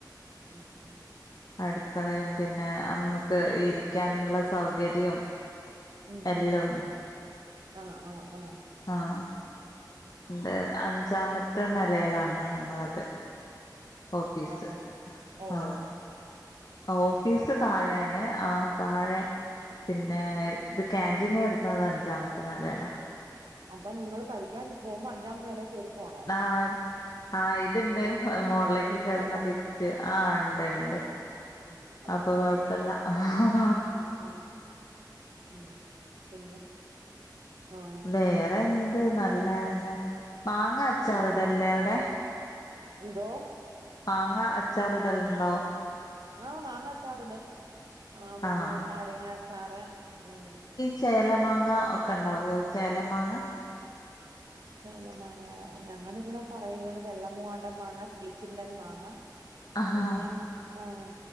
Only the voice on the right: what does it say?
ഉം ഉം
ഉം
ഉ ആഹ് ആഹ് ആഹ്
ആണല്ലേ ഓഹ്
അന്നേരം
അപ്പൊ നിങ്ങള് കഴിക്കാൻ പോകുമ്പോ അഞ്ചാമത് നിലേ കയറി പോണം.
ലിഫ്റ്റ്
ഉണ്ടോ
ഉം
ആഹ് ഉം പിന്നെ ആഹ്
ആഹ് ആഹ്
എന്തോ?
ആഹ് മാങ്ങാച്ചാർ ഇടും ആഹ
അങ്കി നരങ്ങാച്ചാറ് ഉം
ല്ല മാങ്ങ ഞങ്ങടെ ഇവിടെ പറയുന്നത് വെള്ളം മുവാണ്ടൻ മാങ്ങാ കിളിച്ചുണ്ടൻ മാങ്ങാ.
പിന്നെ ആഹ്